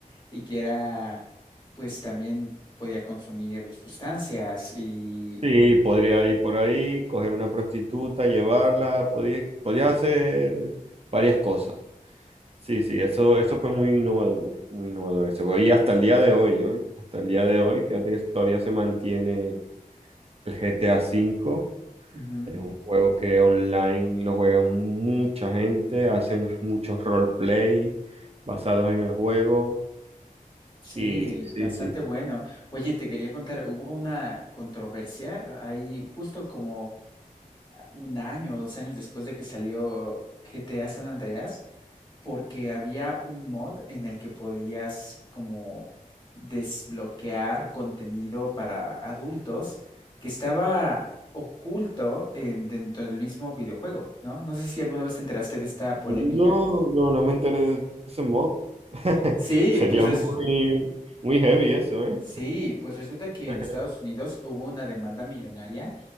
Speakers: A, on the left; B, on the right.
A: y que era, pues también podía consumir sustancias y...
B: sí, podría ir por ahí, coger una prostituta, llevarla, podías, podías hacer varias cosas. Sí, sí, eso, eso fue muy innovador, muy innovador ese juego. Y hasta el día de hoy, ¿eh? Hasta el día de hoy, fíjate que todavía se mantiene el G T A cinco
A: Ujú.
B: Es un juego que online lo juegan mucha gente, hacen muchos roleplay basados en el juego.
A: Sí,
B: Y sí,
A: bastante bueno. Oye, te quería contar, hubo una controversia ahí justo como un año o dos años después de que salió GTA San Andreas, porque había un mod en el que podías como desbloquear contenido para adultos que estaba oculto en- dentro del mismo videojuego, ¿no? No sé si alguna vez te enteraste de esta polémica.
B: no, no, no me enteré de ese mod. <laughs>
A: Sí,
B: Sería
A: pues res-
B: muy, muy heavy eso, ¿eh?
A: Sí, pues resulta que
B: <laughs>
A: en Estados Unidos hubo una demanda millonaria